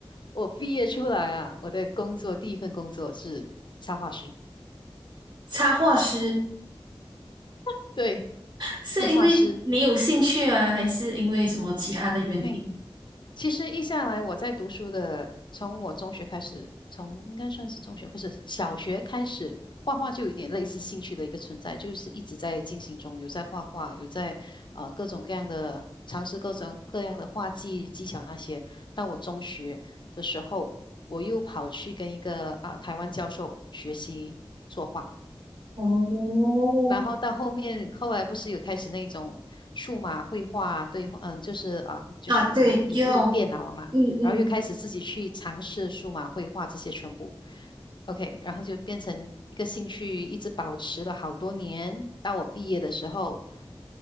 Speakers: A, on the left; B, on the right.
A: 我毕业出来啊，我的工作第一份工作是插画师。
B: 插画师
A: <laughs> 对，
B: 是因为你有兴趣吗？
A: 插画师，
B: 还是因为什么其他的原因？
A: 因其实一下来，我在读书的，从我中学开始，从应该算是中学，不是小学开始，画画就有点类似兴趣的一个存在，就是一直在进行中，有在画画，有在呃各种各样的尝试各种各样的画技技巧那些。到我中学的时候，我又跑去跟一个啊、台湾教授学习作画。
B: 哦，
A: 然后到后面，后来不是有开始那种数码绘画对话嗯，就是啊，就是已经引入电脑了嘛，
B: 啊，对，用，嗯嗯
A: 然后又开始自己去尝试数码绘画这些全部，OK，然后就变成一个兴趣，一直保持了好多年。到我毕业的时候，